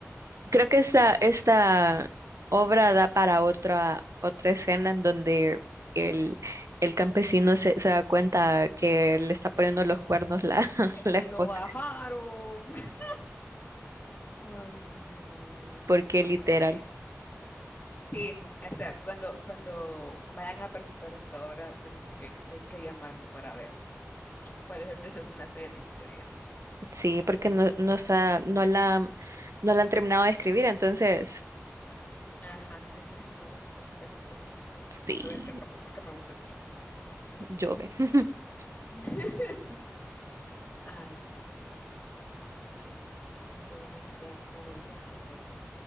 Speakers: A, on the right; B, on the left.
A: Creo que esta, esta obra da para otra, otra escena en donde el, el campesino se, se da cuenta que le está poniendo los cuernos la, <laughs>
B: que
A: la
B: se
A: esposa.
B: lo bajaron. <laughs> Ay, no.
A: Porque
B: Imagínate.
A: literal,
B: Sí. Steph, cuando, cuando vayan a presentar esta obra, tienen que, que, que llamarme para ver. cuál es el desenlace de la historia.
A: sí, porque no, no está, no la, no la han terminado de escribir, entonces,
B: Ajá, necesito más contexto. Necesito
A: sí.
B: ver qué pasó porque me gusta el chisme.
A: Jove. <laughs>
B: <laughs> Ay, no. Bueno, Steph, te voy dejando